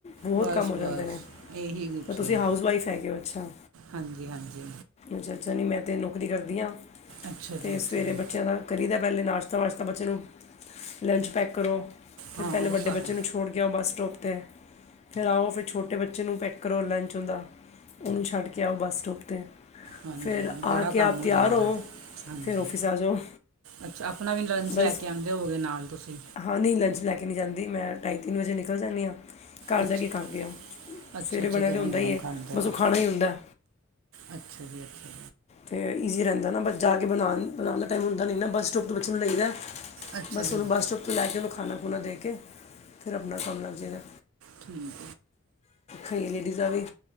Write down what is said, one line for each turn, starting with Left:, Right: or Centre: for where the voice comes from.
Left: ਬੋਤ
Right: ਬਸ
Left: ਕੰਮ ਹੋ
Right: ਬਸ
Left: ਜਾਂਦੇ ਨੇ
Right: ਇਹੀ ਕੁਛ
Left: ਤੇ ਤੁਸੀਂ
Right: ਹੈ
Left: ਹਾਊਸਵਾਈਫ ਹੈਗੇ ਓ ਅੱਛਾ
Right: ਹਾਂਜੀ ਹਾਂਜੀ
Left: ਅੱਛਾ-ਅੱਛਾ ਨਈ ਮੈਂ ਤੇ ਨੌਕਰੀ ਕਰਦੀ ਆਂ
Right: ਅੱਛਾ
Left: ਤੇ
Right: ਜੀ ਅੱਛਾ
Left: ਸਵੇਰੇ
Right: ਜੀ
Left: ਬੱਚਿਆਂ ਦਾ ਕਰੀ ਦਾ ਪੈਲੇ ਨਾਸ਼ਤਾ-ਵਸ਼ਤਾ ਬੱਚੇ ਨੂੰ ਲੰਚ ਪੈਕ ਕਰੋ ਫ਼ਿਰ
Right: ਹਾਂ
Left: ਪੈਲੇ
Right: ਉਹ
Left: ਵੱਡੇ
Right: ਤਾਂ
Left: ਬੱਚੇ
Right: ਹੈ
Left: ਨੂੰ ਛੁ ਛੋੜ ਕੇ ਆਓ ਬੱਸ ਸਟੋਪ ਤੇ ਫ਼ਿਰ ਆਓ ਫ਼ਿਰ ਛੋਟੇ ਬੱਚੇ ਨੂੰ ਪੈਕ ਕਰੋ ਲੰਚ ਉੰਦਾ ਓਨੂੰ ਛੱਡ ਕੇ ਆਓ ਬੱਸ ਸਟੋਪ ਤੇ
Right: ਹਾਂਜੀ-ਹਾਂਜੀ
Left: ਫਿਰ
Right: ਬੜਾ
Left: ਆ
Right: ਕੰਮ
Left: ਕੇ ਆਪ
Right: ਹੋ
Left: ਤਿਆਰ
Right: ਜਾਂਦਾ ਹਾਂਜੀ
Left: ਫਿਰ ਆਫਿਸ ਆ ਜਾਓ
Right: ਅੱਛਾ ਅਪਣਾ ਵੀ ਲੰਚ
Left: ਬਸ
Right: ਲੈ ਕੇ ਆਂਦ ਦੇਵੋਗੇ ਨਾਲ ਤੁਸੀਂ
Left: ਹਾਂ ਨਈ ਲੰਚ ਲੈ ਕੇ ਨੀ ਜਾਂਦੀ ਮੈਂ ਢਾਈ-ਤਿੰਨ ਵਜੇ ਨਿਕਲ ਜਾਂਨੀ ਆਂ। ਕੱਰ
Right: ਅੱਛਾ
Left: ਜਾ ਕੇ ਕਾਰਦੇ ਆਂ
Right: ਅੱਛਾ
Left: ਸਵੇਰੇ
Right: ਅੱਛਾ
Left: ਬਣਯਾ
Right: ਗਰਮ
Left: ਤਾਂ ਹੁੰਦਾ
Right: ਗਰਮ
Left: ਈ ਏ
Right: ਖਾਂਦੇ
Left: ਬਸ
Right: ਹੋ
Left: ਓ ਖਾਣਾ ਈ ਹੁੰਦਾ।
Right: ਅੱਛਾ ਜੀ ਅੱਛਾ।
Left: ਤੇ ਈਜ਼ੀ ਰੈੰਦਾ ਨਾ ਬਸ ਜਾ ਕੇ ਬਣਾਣ ਬਣਾਣ ਦਾ ਟਾਈਮ ਹੁੰਦਾ ਨੀ ਨਾ ਬੱਸ ਸਟੋਪ ਤੋਂ ਬੱਚਿਆਂ ਨੂੰ ਲਈਦਾ
Right: ਅੱਛਾ
Left: ਬਸ
Right: ਜੀ
Left: ਓਨੂੰ ਬੱਸ ਸਟੋਪ ਤੋਂ ਲੈ ਕੇ ਓਨੂੰ ਖਾਣਾ-ਖੁਣਾ ਦੇ ਕੇ ਫਿਰ ਅਪਣਾ ਕੰਮ ਲੱਗ ਜਾਇਦਾ।
Right: ਠੀਕ।
Left: ਕਈ ਲੇਡੀਜ਼ਾਂ ਵੀ